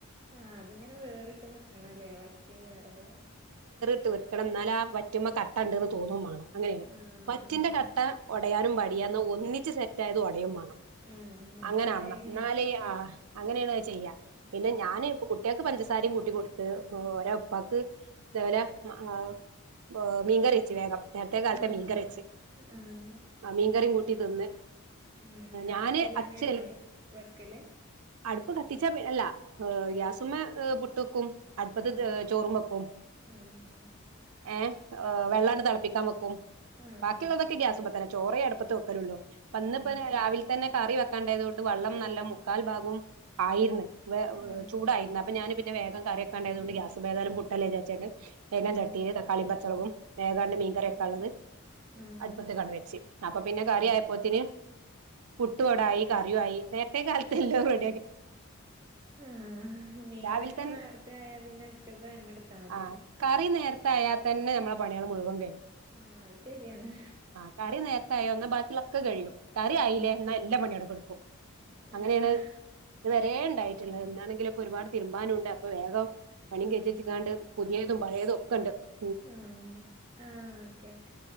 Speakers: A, on the right; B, on the right.
A: ആഹ് അതിങ്ങനെ വേറിട്ട് ന്ക്കണല്ലേ വറ്റി വേറെ വേറേ
B: ട്ട് ന്ക്കണം ന്നാലാ വറ്റുമ്പൊ കട്ടണ്ട്ന്ന് തോന്നും മാണം അങ്ങനെണ്
A: ആഹ്
B: വറ്റിന്റെ
A: ആഹ്
B: കട്ട
A: ആഹ്
B: ഒടയാനും പ ടിയന്ന ഒന്നിച്ച് സെറ്റ ആയത് ഒടയും മാ ണം.
A: ആഹ് മനസ്സിലായി
B: അങ്ങന ആവണം ന്നാല് ആ അങ്ങനെണ് അവ് ചെയ്യാ പിന്നെ
A: ആഹ്
B: ഞാന് കുട്ട്യക്ക് പഞ്ചസ സാരേം കൂട്ടികൊട്ത്ത് ഓരോ പ്പാക്ക് തേപോലെ മ് ആ മീൻങ്കറി വെച്ച് വേഗം നേര്ത്തെ കാൽത്തെ
A: ആഹ്
B: മീൻകറി യെച്ച്
A: ആഹ്
B: ആ മീൻകറി കൂട്ടി തിന്ന്
A: ഉം അടുപ്പിലെന്നെണോ
B: ഞാന് അച്ചൽ
A: വെക്കല്
B: അടുപ്പ് കത്തിച്ചാ പി അല്ല എ ഗ്യാസുമ്മെ എ പുട്ടക്കും അടുപ്പത്ത്
A: ആഹ്
B: ത് ഏ ചോറും വെക്കും.
A: ആഹ്
B: ഏഹ് എ വെള്ളണ് തെൾപ്പിക്കാൻ വെക്കും
A: ആഹ്
B: ബാക്കിള്ളതൊക്കെ ഗ്യാസുമ്മത്തന്നെ ചോറേ അട്പ്പത്ത് വെക്കലുള്ളൂ പ്പന്ന്
A: ആഹ്
B: പ്പനെ രാവിൽ തന്നെ കറി വെക്കണ്ടതോണ്ട് വള്ളം നല്ല മുക്കാൽ ഭാഗവും ആയിര്ന്ന് വെ
A: ആഹ്
B: ചൂടായിര്ന്ന് അപ്പ ഞാന് പിന്നെ വേഗം കറിയക്കാണ്ടയ്തോണ്ട് ഗ്യാസ് പ്പേതാലും പുട്ടല്ലേ ചാര്ചാണ്ട് വേഗം
A: ആഹ്
B: ചട്ടിയില് തക്കാളീം പച്ചൊളകും ഏതാണ്ട് മീൻകറിയെക്കള്ളത്
A: ആഹ്
B: അട്പ്പത്ത്ക്കാട് വെച്ചി അപ്പൊ പിന്നെ
A: ഉം
B: കറിയായ്പ്പോത്തിന് പുട്ടുവടായി കറിയുവായി നേര്ത്തെ കാൽതെ എല്ലോ റെ
A: ആ മീൻകറിയൊക്കെ
B: രാവിലെ തന്നെ
A: നേര്ത്തെ ആയാ പിന്നെ ഉച്ചക്കു അഎന്നെട്ത്താ മതി
B: ആ കറി നേര്ത്തായാ തെന്നെ നമ് ള്ള പണിയൾ മുഴുവൻ കയ്ഞ്
A: ആഹ് അത് ശരിയാണ്
B: ആ കറി നേര്ത്തായ ന്ന ബാക്കിള്ളൊക്ക കഴിയു കറി
A: ആഹ്
B: ആയിലേ ന്നാ എല്ലാ പണിയു ആട കട്ക്കും അങ്ങനെണ്
A: ആഹ്
B: ത് വരെ ണ്ടായി ട്ട്ള്ളെ ന്നാണെങ്കില് പ്പൊ ഒരുപാട് തിര്മ്പാനുണ്ട് അപ്പൊ വേഗം പണി
A: ആഹ്
B: കെയ്ചെച്ചിങ്ങാണ്ട് പുതിയെ തും പഴെതു ഒക്ക ണ്ട്
A: ആഹ് ആ ഓക്കെ ഓക്കെ